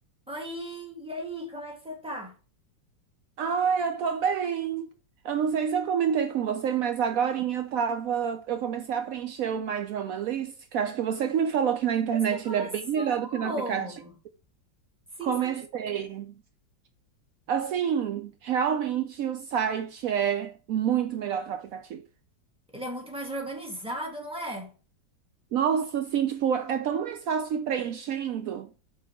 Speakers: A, in the centre; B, on the right.
A: Oi, e aí, como é que você tá?
B: Ai, eu tô bem. Eu não sei se eu comentei com você, mas agorinha eu tava, eu comecei a preencher o My Drama List, que acho que você que me falou que na internet
A: Você começou!
B: ele é bem melhor do que no aplicativo.
A: Sim,
B: Comecei.
A: sim.
B: Assim, realmente o site é muito melhor que o aplicativo.
A: Ele é muito mais organizado, não é?
B: Nossa, assim, tipo, é tão mais fácil ir preenchendo.